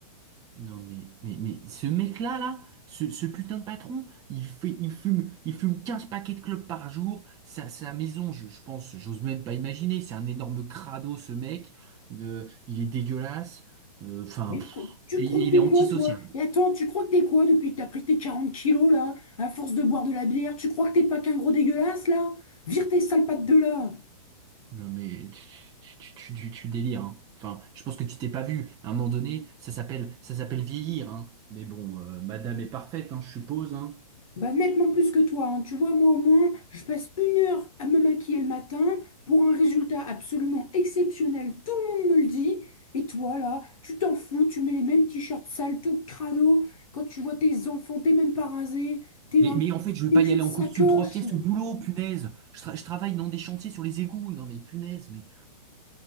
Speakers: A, on the right (about 20°); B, on the left (about 65°).
A: Non mais mais mais ce mec-là là, ce, ce putain de patron, il fait il fume il fume 15 paquets de clopes par jour, sa, sa maison, je, je pense, j'ose même pas imaginer, c'est un énorme crado ce mec, Euh, il est dégueulasse, Euh, enfin
B: Mais
A: pff,
B: écoute, tu
A: et,
B: crois
A: et il
B: que
A: est
B: t'es
A: antisocial.
B: quoi, toi? Et attends, tu crois que t'es quoi depuis que t'as pris tes 40 kilos, là, à force de boire de la bière? Tu crois que t'es pas qu'un gros dégueulasse, là? Vire tes sales pattes de là!
A: Non mais tu, tu, tu, tu- tu délires, hein. Enfin, je pense que tu t'es pas vu. À un moment donné, ça s'appelle ça s'appelle vieillir, hein. Mais bon, euh, madame est parfaite, hein, je suppose, hein.
B: Bah, nettement plus que toi, hein. Tu vois, moi au moins, je passe une heure à me maquiller le matin pour un résultat absolument exceptionnel, tout le monde me le dit. Et toi, là, tu t'en fous, tu mets les mêmes t-shirts sales, tout crado. Quand tu vois tes enfants, t'es même pas rasé, t'es
A: Mais,
B: vraiment
A: mais en fait, je veux
B: t'es
A: pas
B: qu'une
A: y aller
B: sacoche.
A: en costume trois pièces au boulot, punaise. Je, tra- je travaille dans des chantiers sur les égouts. Non mais punaise, mais.